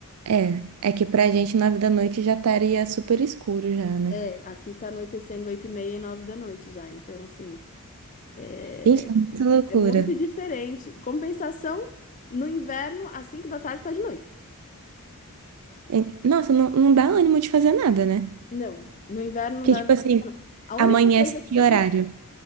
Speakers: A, on the right; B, on the left.
A: é, é que pra gente nove da noite já estaria super escuro já, né?
B: É, aqui tá anoitecendo oito e meia e nove da noite já. Então, assim, é,
A: Gente, é muito loucura.
B: é muito diferente. Compensação, no inverno, às cinco da tarde tá de noite.
A: É- Nossa, não, não dá ânimo de fazer nada, né?
B: Não, no inverno não
A: Porque,
B: dá.
A: tipo assim,
B: A única
A: amanhece
B: coisa
A: que
B: que
A: horário?
B: você